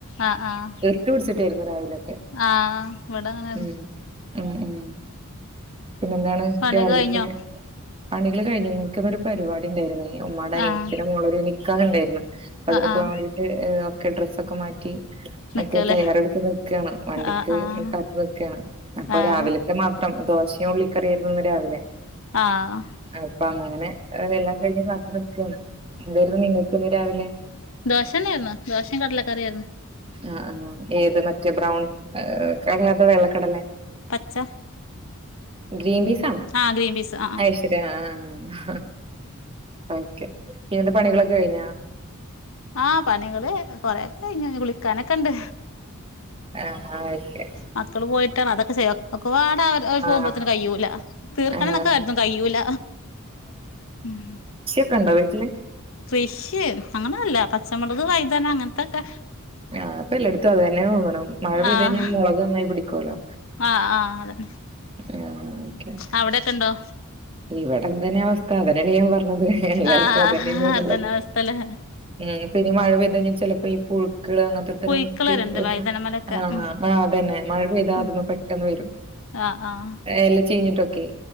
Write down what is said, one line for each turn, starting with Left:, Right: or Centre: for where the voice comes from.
Left: ആഹ് ആഹ്
Right: ട്ട് പിടിച്ചിട്ടയിരുന്നു രാവിലൊക്കെ
Left: ആഹ് ഇവിടെ അങ്ങനെയായിരുന്നു
Right: ഉം ഉം ഉം പിന്നെ എന്താണ്
Left: പണിയൊക്കെ
Right: രാവിലത്തെ
Left: കഴിഞ്ഞോ
Right: പണികള് കഴിഞ്ഞ് ഇനിക്കുന്നൊരു പരിപാടി ഉണ്ടായിരുന്നെ ഉമ്മാടെ അനിയത്തിടെ
Left: ആഹ്
Right: മോളൊരു നിക്കാഹ് ഉണ്ടായിരുന്നു അതിന്
Left: ആഹ് ആഹ്
Right: പോകാൻവേണ്ടീട്ട് ഒക്കെ ഡ്രസ്സ് ഒക്കെ മാറ്റി
Left: നിക്കാല്ലേ
Right: ഒക്കെ തയ്യാറെടുത്ത് നിക്കാണ് വണ്ടിക്ക്
Left: ആഹ് ആഹ്
Right: കാത്ത് നിക്കാണ് അപ്പൊ
Left: ആഹ്
Right: രാവിലെ മാത്രം ദോശയും ഉള്ളിക്കറിയായിരുന്ന് ഇന്ന് രാവിലെ
Left: ആഹ്
Right: അപ്പൊ അങ്ങനെ എല്ലാം കഴിഞ്ഞ് കാത്ത് നിക്കാണ് എന്തായിരുന്നു നിങ്ങൾക്ക് ഇന്ന് രാവിലെ
Left: ദോശണ്ടാരുന്നു ദോശയും കടലക്കറിയായിരുന്നു.
Right: ആഹ് ആഹ് ഏത് മറ്റേ ബ്രൗൺ ഏഹ് കടലേ അതോ വെള്ളക്കടലേ
Left: പച്ച
Right: ഗ്രീൻ പീസ് ആണോ
Left: ആഹ് ഗ്രീൻ പീസ് ആഹ് ആഹ്
Right: അയ്ശ് ആഹ് ഓക്കെ പിന്നെന്ത് പണികളൊക്കെ കഴിഞ്ഞാ
Left: ആഹ് പണികള് കൊറക്കെ കഴിഞ്ഞു ഇനി കുളിക്കാനൊക്കെണ്ട്
Right: ആഹ് ആഹ് ഓക്കെ
Left: മക്കള് പോയിട്ടാണ് അതൊക്കെ സേവാക്കും ഒക്കെപാടെവര്
Right: ആഹ്
Left: പോവുമ്പോത്തിന് കയ്യൂല തീർക്കണം
Right: ആഹ്
Left: എന്നൊക്കെ കരുതും കയ്യൂല ഉം
Right: ക്കെണ്ടൊ വീട്ടില്
Left: കൃഷ് അങ്ങനെന്നൂല്ല പച്ചമുളക് വൈതന അങ്ങനത്തൊക്കെ
Right: ആഹ് പ്പൊ എല്ലായിടത്തും അത് തന്നെ തോന്ന്ണു മഴ പെയ്തഴിഞ്ഞാ
Left: ആഹ്
Right: മുളക് നന്നായി പിടിക്കോല്ലോ
Left: ആഹ് ആഹ് അതന്നെ
Right: ആഹ് ഓക്കെ ഓക്കെ
Left: അവിടൊക്കെണ്ടോ
Right: ഇവിടെ ഇന്തന്നെ അവസ്ഥ അതന്നല്ലേ ഞാൻ പറഞ്ഞത് എല്ലായിടത്തും
Left: ആഹ്
Right: അതന്നേണ് യെന്നുള്ളത്
Left: അതന്നെ അവസ്ഥല്ലേ
Right: ഉം പിന്നേ ഈ മഴ പെയ്ത് കഴിഞ്ഞാൽ ചിലപ്പോ ഈ പുഴുക്കൾ അങ്ങ തൊര് തൊരം
Left: പുഴുക്കളരുണ്ട്
Right: ക്ക്‌ ഒരു
Left: വൈതനമലൊക്കെ
Right: സാ ആഹ്
Left: ഉം
Right: ആഹ് അതന്നെ മഴ പെയ്താ
Left: ഉം
Right: അതുങ് പെട്ടെന്ന് വരും
Left: ആഹ് ആഹ്
Right: എല്ല ചീഞ്ഞിട്ടൊക്കെ